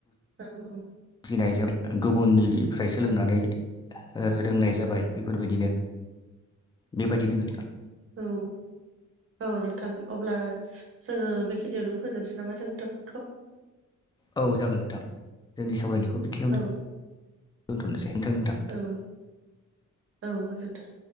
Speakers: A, on the right; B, on the left.
A: मा बुङो
B: बुजिनायजों गुबुननिफ्राय सोलोंनानै ओ रोंनाय जाबाय बेफोरबायदिनो बेबायदिनो नोंथां।
A: उम औ नोंथां अब्ला जोङो बेखिनियावनो फोजोबनोसै नामा जोंनि टपिकखौ?
B: औ जागोन नोंथां जोंनि सावरायनायखौ बेखियावनो
A: औ
B: दोन्थ'नोसै नोंथां नोंथां
A: उम औ गोजोनथों